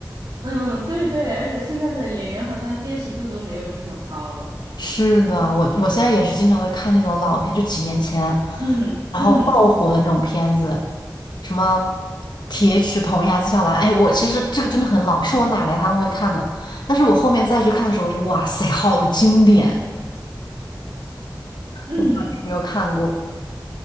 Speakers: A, on the right; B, on the left.
A: 嗯，对对，而且现在的演员好像辨识度都没有这么高了。
B: 是的，我我现在也是经常会看那种老片，就几年前，
A: 嗯嗯
B: 然后爆火的那种片子，什么《铁齿铜牙纪晓岚》。哎，我其实这个真的很老，是我奶奶他们会看的，但是我后面再去看的时候，我就哇塞，好经典。
A: 嗯，
B: 我不知道你有没有看过，